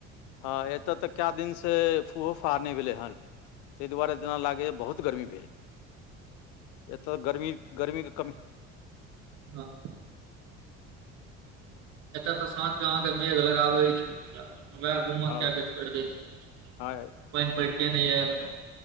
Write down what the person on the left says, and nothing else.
हाँ एतऽ तऽ कए दिनसे फूहो फाह नै भेलै हन ताहि दुआरे जेना लागैए बहुत गर्मी भेल एतऽ गर्मी गर्मी के कमी
हँ
हँ